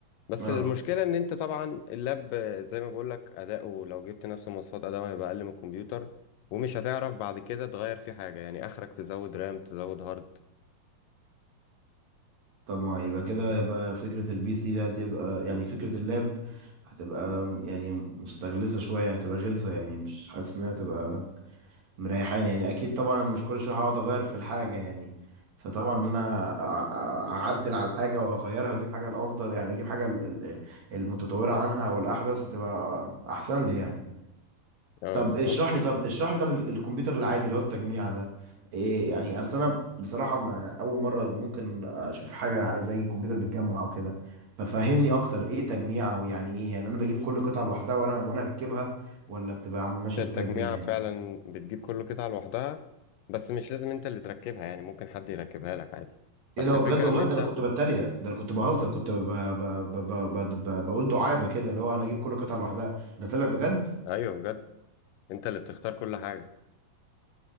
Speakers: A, on the left; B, on the right.
A: بس
B: اه
A: المشكلة ان انت طبعا اللاب زي ما بقولك اداؤه لو جبت نفس مواصفات اداؤه هيبقى اقل من الكمبيوتر ومش هتعرف بعد كده تغير فيه حاجة يعني اخرك تزود رام تزود هارد
B: طب ما يبقى كده يبقى فكره البي سي ده هتبقى يعني فكره اللاب هتبقى يعني مستغلسه شويه هتبقى غلسه يعني مش حاسس انها هتبقى مريحان يعني اكيد طبعا انا مش كل شويه هقعد اغير في الحاجه يعني فطبعا ان انا أ- أ- اعدل على الحاجه واغيرها اجيب حاجه الافضل يعني اجيب حاجه ال- ال- المتطوره عنها او الاحدث هتبقى احسن لي يعني
A: اه
B: طب
A: بالظبط
B: اشرح لي طب اشرح لي طب ال- الكمبيوتر العادي اللي هو التجميع ده إيه يعني اصل انا بصراحه ما اول مره ممكن اشوف حاجه زي كمبيوتر بيتجمع او كده ففهمني اكتر ايه تجميع او يعني ايه يعني انا بجيب كل قطعه لوحدها وانا وانا اركبها ولا بتبقى عامل ماشيه
A: التجميعة
B: ازاي الدنيا
A: فعلا بتجيب كل قطعة لوحدها بس مش لازم انت اللي تركبها يعني ممكن حد يركبها لك عادي بس
B: ايه ده هو
A: الفكرة
B: بجد والله
A: ان انت
B: ده انا كنت بتريق ده انا كنت بهزر كنت ب... ب... ب... ب... ب... ب... بقول دعابه كده اللي هو انا اجيب كل قطعه لوحدها ده طلع بجد
A: ايوه بجد انت اللي بتختار كل حاجة